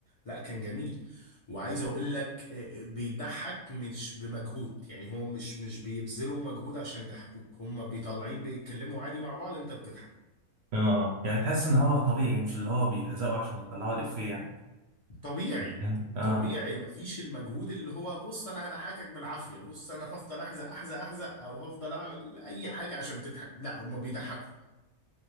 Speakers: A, on the left; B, on the right.
A: لا كان جميل وعايز اقول لك آه، آه، بيضحك مش بمجهود يعني هو مش مش بيبذلوا مجهود عشان يضحكوك هم بيطالعين بيتكلموا عادي مع بعض انت بتضحك
B: اه آه. يعني تحس ان هو طبيعي مش اللي هو بيهزقوا عشان يطلعوا الافيه يعني
A: طبيعي
B: <laughs> اه
A: طبيعي مفيش المجهود اللي هو بص انا هضحكك بالعافيه بص انا هفضل احزق احزق احزق او هفضل اعمل اي حاجه عشان تضحك لا هما بيضحكوا